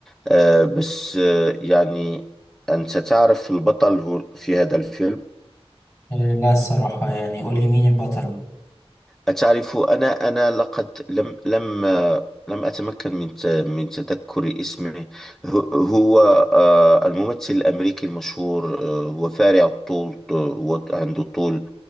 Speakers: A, in the centre; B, on the left.
A: آه، بس آه، يعني أنت تعرف البطل هو- في هذا الفيلم
B: إيه لا الصراحة يعني قول لي مين البطل
A: أتعرف أنا أنا لقد لم لم آه، لم أتمكن من ت- من تذكر اسمه هو هو، آه، الممثل الأمريكي المشهور آه، هو فارع الطول آه، هو عنده طول